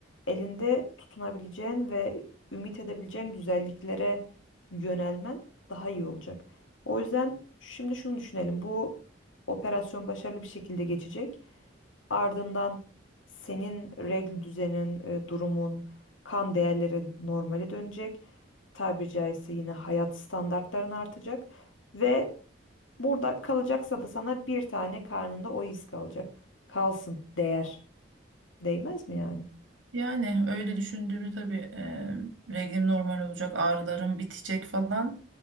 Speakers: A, on the left (about 85°); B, on the right (about 85°).
A: elinde tutunabileceğin ve ümit edebileceğin güzelliklere yönelmen daha iyi olacak. O yüzden şimdi şunu düşünelim. Bu operasyon başarılı bir şekilde geçecek. Ardından senin regl düzenin, e, durumun, kan değerlerin normale dönecek. Tabiri caizse yine hayat standartların artacak ve burada kalacaksa da sana bir tane karnında o iz kalacak. Kalsın değer. Değmez mi yani?
B: Yani öyle düşündüğümü tabii e, reglim normal olacak, ağrılarım bitecek falan.